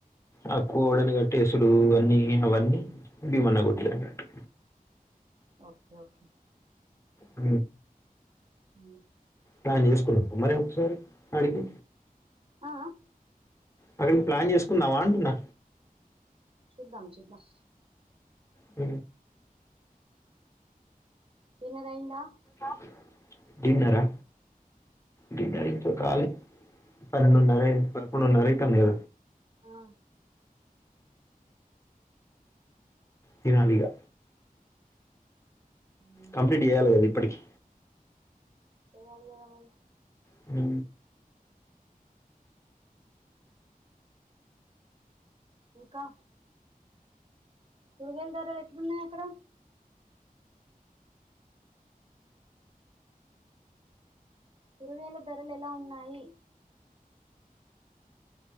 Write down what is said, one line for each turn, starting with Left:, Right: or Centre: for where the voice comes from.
Left: ఆ కోడ్లాని గట్టి ఎసుడు అన్నీ అవన్నీ భిమన గుడ్లనట్టు
Right: ఓకే ఓకే
Left: అ
Right: హ
Left: తనం చేసుకున్నావ మర ఒకసారి అడికి
Right: ఆ
Left: అక్కడ ప్లాన్ చేసుకున్నావా అంటున్నా
Right: చూద్దాం చూద్దాం
Left: హ
Right: తినేదయ్యిందా
Left: ఆ డిన్నరా డిన్నర్ ఇంక కాలే పన్నెండున్నర పదకొండున్నర ఐతందిగ
Right: ఆ
Left: తినాలిగా
Right: ఉమ్,
Left: కంప్లీట్ చేయాలి కదా ఇప్పటికి
Right: వన్ జీరో నైన్
Left: హ
Right: ఇంకా కూరుగాయలు ధరలు ఎట్లున్నాయి అక్కడ కూరుగాయలు ధరలు ఎలా ఉన్నాయి